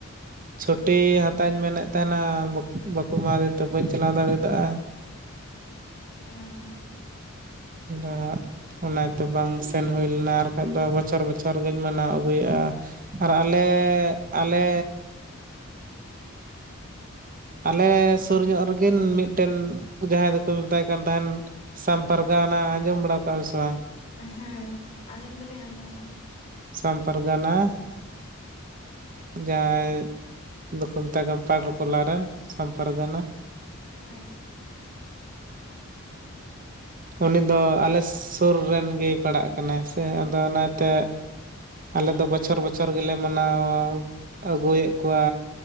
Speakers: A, on the right; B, on the left.
A: ᱪᱷᱩᱴᱤ ᱦᱟᱛᱟᱣᱤᱧ ᱢᱮᱱᱮᱫ ᱛᱟᱦᱮᱱᱟ ᱵᱟᱠᱚ ᱮᱢᱟᱫᱤᱧ ᱛᱮ ᱵᱟᱹᱧ ᱪᱟᱞᱟᱣ ᱫᱟᱲᱮᱭᱟᱫᱟᱜᱼᱟ
B: ᱦᱮᱸ
A: ᱦᱟᱸᱜ ᱚᱱᱟ ᱛᱮ ᱵᱟᱝ ᱥᱮᱱ ᱦᱩᱭ ᱞᱮᱱᱟ ᱟᱨᱠᱷᱟᱡ ᱫᱚ ᱵᱚᱪᱷᱚᱨ ᱵᱚᱪᱷᱚᱨ ᱜᱤᱧ ᱢᱟᱱᱟᱣ ᱟᱹᱜᱩᱭᱟᱜᱼᱟ ᱾ ᱟᱨ ᱟᱞᱮ ᱟᱞᱮ ᱟᱞᱮ ᱥᱩᱨ ᱧᱚᱜ ᱨᱮᱜᱤᱱ ᱢᱤᱫᱴᱮᱱ ᱡᱟᱦᱟᱸᱭ ᱫᱚᱠᱚ ᱢᱮᱛᱟᱭ ᱠᱟᱱ ᱛᱟᱦᱮᱱ ᱥᱟᱢᱯᱟᱨᱜᱟᱣᱟᱱᱟ ᱟᱸᱡᱚᱢ ᱵᱟᱲᱟ ᱠᱟᱜᱼᱟᱢ ᱥᱮ ᱵᱟᱝ?
B: ᱦᱮᱸ ᱟᱸᱡᱚᱢ ᱫᱚᱟᱞᱞᱤᱧ ᱟᱸᱡᱚᱢ ᱠᱟᱫᱟ
A: ᱥᱟᱢ ᱯᱟᱨᱜᱟᱱᱟ ᱡᱟᱦᱟᱸᱭ ᱫᱚᱠᱚ ᱢᱮᱛᱟᱭ ᱠᱟᱱ ᱯᱟᱰᱟᱨᱠᱚᱞᱟ ᱨᱮᱱ ᱥᱟᱢ ᱯᱟᱨᱜᱟᱱᱟ
B: ᱦᱮᱸ
A: ᱩᱱᱤ ᱫᱚ ᱟᱞᱮ ᱥᱩᱨ ᱨᱮᱱ ᱜᱮᱭ ᱯᱟᱲᱟᱜ ᱠᱟᱱᱟᱭ ᱥᱮ ᱟᱫᱚ ᱚᱱᱟᱛᱮ ᱟᱞᱮ ᱫᱚ ᱵᱚᱪᱷᱚᱨ ᱵᱚᱪᱷᱚᱨ ᱜᱮᱞᱮ ᱢᱟᱱᱟᱣ ᱟᱹᱜᱩᱭᱮᱫ ᱠᱚᱣᱟ